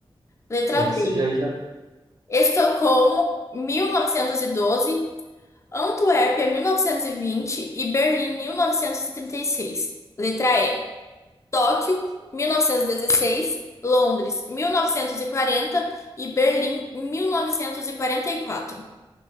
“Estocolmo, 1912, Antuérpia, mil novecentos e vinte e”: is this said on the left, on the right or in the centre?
Left